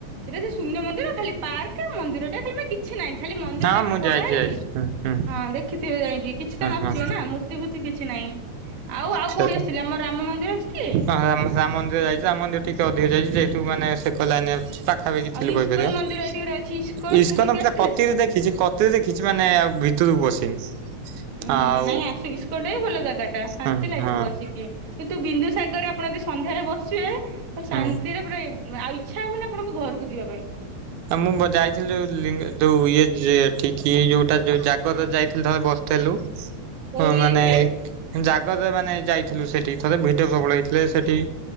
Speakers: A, on the right (about 45°); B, on the right (about 85°).
A: ସେଟା ସେ ଶୂନ୍ୟ ମନ୍ଦିର ଖାଲି ପାର୍କ ମନ୍ଦିରଟେ ଖାଲି ମା କିଛି ନାହିଁ, ଖାଲି ମନ୍ଦିର
B: ହଁ
A: ଟାଇପରେ
B: ମୁଁ
A: ଗଢା
B: ଯାଇଛି
A: ହେଇଛି।
B: ଯାଇଛି ହୁଁ ହୁଁ।
A: ହଁ ଦେଖିଥିବେ ଯାଇକି, କିଛି ତ
B: ହଁ
A: ନଥିବେ
B: ହଁ
A: ନା ମୂର୍ତ୍ତି ଫୁର୍ତ୍ତି କିଛି ନାହିଁ। ଆଉ ଆଉ
B: ସେଟା
A: କୋଉଠି ଆସିଥିଲେ ଆମର ରାମ ମନ୍ଦିର ଆସିଥିଲେ
B: ହଁ ରାମ ରାମ ମନ୍ଦିର ଯାଇଛି, ରାମ ମନ୍ଦିର ଟିକେ ଅଧିକ ଯାଇଛି ଯାଇ ସେଠୁ ମାନେ, ସେ କର ଲାଇନ୍ ରେ ପାଖାପାଖି
A: ଆଉ
B: ଥିଲୁ
A: ଇସ୍କନ
B: କହିପାରିବା।
A: ମନ୍ଦିର ଏଇଠି ଗୋଟେ ଅଛି
B: ଇସ୍କନ
A: ସେଠିକି
B: ପୁରା
A: ଆସିଥିଲେ?
B: କତିରେ ଦେଖିଛି, କତିରେ ଦେଖିଛି ମାନେ ଆଉ ଭିତରକୁ ପଶିନି।
A: ଉୁଁ-
B: ଆଉ
A: ହୁଁ ନାଇଁ ଆସୁ ଇସ୍କନଟା ବି ଭଲ ଜାଗାଟା, ଶାନ୍ତି
B: ହଁ
A: ଲାଗିବ
B: ହଁ
A: ଆସିକି। କିନ୍ତୁ ବିନ୍ଦୁସାଗରରେ ଆପଣ ଯଦି ସନ୍ଧ୍ୟାରେ ବସିବେ,
B: ହୁଁ।
A: ଶାନ୍ତିରେ ପୁରା ଆଉ ଇ ଇଚ୍ଛା ହବନି ଆପଣଙ୍କୁ ଘରକୁ ଯିବା ପାଇଁ।
B: ଆଉ ମୁଁ ଯାଇଥିଲି ଯୋଉ ଲିଙ୍ଗ ଯୋଉ ଇଏ, ଯ ଏଠିକି ଯୋଉଟା ଜାଗରରେ ଯାଇଥିଲି। ଥରେ ବସ ଥିଲୁ
A: କୋଉଠିକି
B: ମାନେ
A: ଯାଇଥିଲେ
B: ଜା ଜାଗରରେ ମାନେ ଯାଇଥିଲୁ ସେଠି, ଥରେ ଭିଡ଼ ପ୍ରବଳ ହେଇଥିଲେ ସେଠି